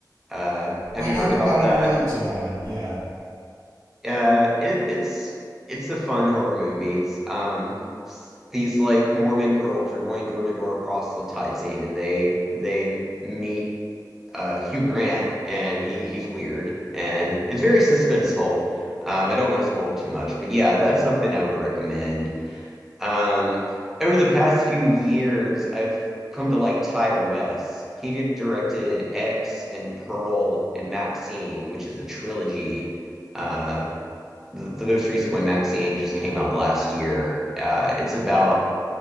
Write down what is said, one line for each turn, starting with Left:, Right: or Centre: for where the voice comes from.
Centre: Uh, have
Right: I haven't
Centre: you heard about
Right: gotten
Centre: that?
Right: around to that yet.
Centre: Uh, it it's it's a fun horror movie. It's um s- these like Mormon girls are going door to door proselytizing, and they they meet uh, Hugh Grant, and he he's weird and it's very suspenseful. Um, I don't want to spoil too much, but yeah, that's something I would recommend. Um, over the past few years, I've come to like Ty West. He di- directed X and Pearl and Maxine, which is a trilogy. Uh, the, the most recent one, Maxine, just came out last year. Uh, it's about